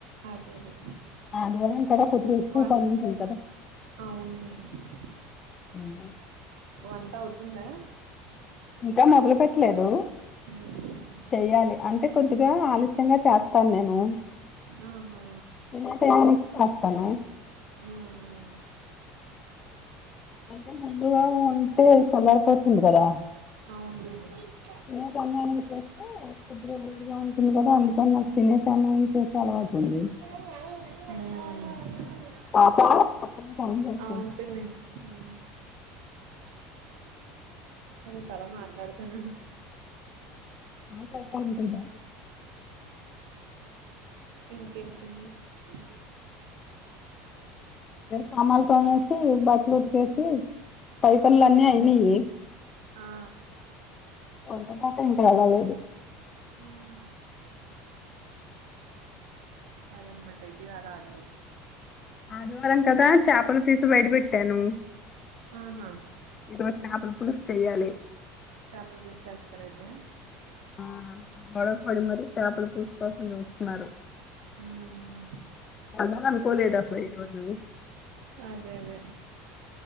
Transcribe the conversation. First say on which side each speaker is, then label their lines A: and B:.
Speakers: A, on the right (about 70°); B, on the left (about 35°).
A: అదే అదే
B: <unintelligible>
A: వంట అవును <unintelligible>
B: ఇంగ
A: వంట అవుతుందా
B: ఇంకా మొదలు పెట్టలేదు
A: ఉమ్
B: చెయ్యాలి అంటే కొద్దిగా ఆలస్యంగా చేస్తాను నేను
A: ఆహా
B: <unintelligible> చేస్తాను
A: ఉ ఉ
B: అంటే ముందుగా ఉంటే చల్లారి పోతుంది కదా
A: అవును
B: తినే టయానికి చేస్తే అప్పుడు వీలు గా ఉంటుంది కదా అందుకని నాకు తినే సమయం చేసే అలవాటు ఉంది
A: ఉ
B: పాప పక్కన వింటాంది
A: బాగుంటుంది ఉ అదే కదా మాట్లాడుతున్నాను
B: మాట్లాడుతా వింటుందా
A: ఇంకేంటండి ఉ
B: సామాన్లు తోమేసి బట్లు ఉతికేసి పై పనులు
A: ఆహా
B: అన్నీ అయినాయి
A: ఆ
B: వంట దాక ఇంకా ఎల్లలేదు
A: ఉహు అదనమాట ఇది కాదు అది కాదు
B: ఆదివారం కదా చేపలు తీసి బయట పెట్టాను
A: ఆహా
B: ఇప్పుడు చాపల పులుసు చెయ్యాలి
A: చాపల పులుసు చేస్తార అయితే
B: ఆ గొడవ పడి మరి చేపల పులుసు కోసం చూస్తున్నారు
A: ఉమ్
B: అలా అనుకోలేదప్ప ఈరోజు
A: అదే అదే